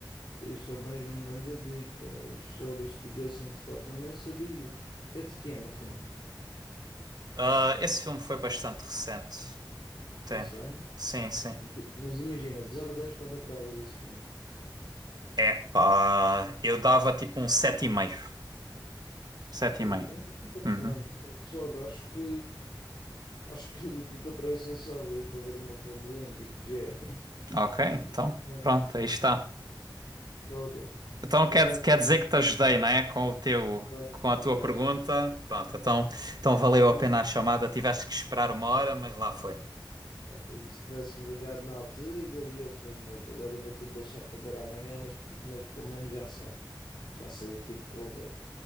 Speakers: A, on the left (about 80°); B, on the right (about 55°).
A: Isso é mesmo uma grande dica. Isso, Olha, este Jason Statham nem sabia. É de quem é o filme?
B: Ah, esse filme foi bastante recente. Tem.
A: Está saindo?
B: Sim, sim.
A: Mas imagina, de 0 a 10 quanto é que davas a esse filme?
B: Epá, eu dava tipo um sete Sete e meio. sete
A: Ei,
B: e meio.
A: então bacana.
B: Uhum.
A: foda-se, Olha, acho que acho que <laughs> que encontrei a solução aí para ver um filmezinho, digo-te já.
B: Ok, então,
A: <laughs> Mano,
B: pronto, aí está.
A: Olha,
B: Então
A: então
B: quer,
A: olha,
B: quer dizer que te ajudei, não é? Com o teu,
A: daste,
B: com a tua
A: daste,
B: pergunta.
A: daste.
B: Pronto, então, então valeu
A: Também.
B: a pena a chamada. Tiveste que esperar uma hora, mas lá foi.
A: Se tivesse-me ligado na altura, ainda havia o filme hoje. Agora vou ter de deixar para ver amanhã, mas, mas pelo menos já sei. Já sei aquilo que vou ver.